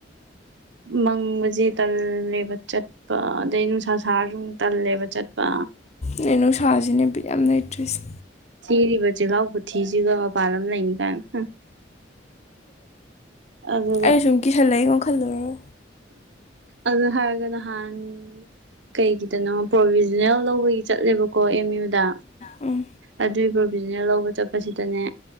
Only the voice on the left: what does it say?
ꯅ ꯅꯨꯡꯁꯥꯁꯤꯅꯦ ꯕꯤꯠ ꯌꯥꯝ ꯂꯩꯇ꯭ꯔꯤꯁꯦ
ꯑꯩ ꯁꯨꯝ ꯀꯤꯁꯜꯂꯛꯏꯒꯣ ꯈꯜꯂꯨꯔꯒꯥ
ꯎꯝ